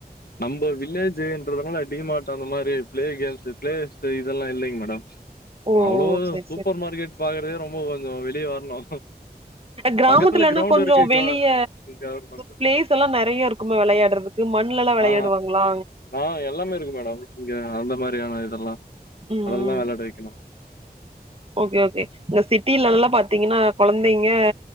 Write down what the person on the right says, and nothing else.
ஓ
சரி
சரி
கிராமத்துலன்னா
கொஞ்சோ
வெளிய
பிளேஸ் எல்லா நறையா இருக்கும விளையாட்றதுக்கு மண்லல்லா விளையாடுவாங்ளா
ம் ம்
ஓகே ஓகே இங்க சிட்டிலல்லா பாத்தீங்கன்னா கொழந்தைங்க